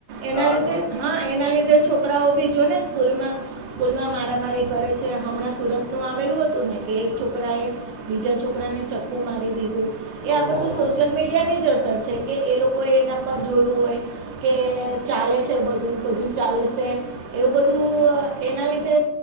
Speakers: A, on the right (about 75°); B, on the left (about 85°).
A: એના
B: ગાળ
A: લીધે હા એના લીધે છોકરાઓ બી જો ને સ્કૂલમાં સ્કૂલમાં મા મારામારી કરે છે હમણાં સુરતનું આવેલું હતું ને કે એક છોકરાએ બીજા છોકરાને ચપ્પું મારી દીધું. એ
B: ઓહો
A: આ બધું
B: હો
A: સોશિયલ
B: હો
A: મીડિયા ને જ અસર છે કે એ લોકો એ એના પર જોયું હોય કે ચાલે છે બધું, બધું ચાલશે એવું બધું એના લીધે